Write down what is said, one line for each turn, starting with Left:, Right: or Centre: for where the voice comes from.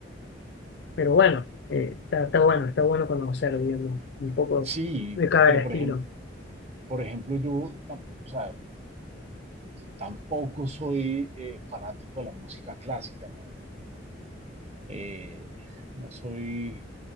Left: Pero bueno, eh, está, está bueno, está bueno conocer, digamos, un poco
Right: Sí,
Left: de cada
Right: pero
Left: estilo.
Right: por ejemplo, por ejemplo, yo tam- o sea, tampoco soy eh, fanático de la música clásica, ¿no? Eh, no soy,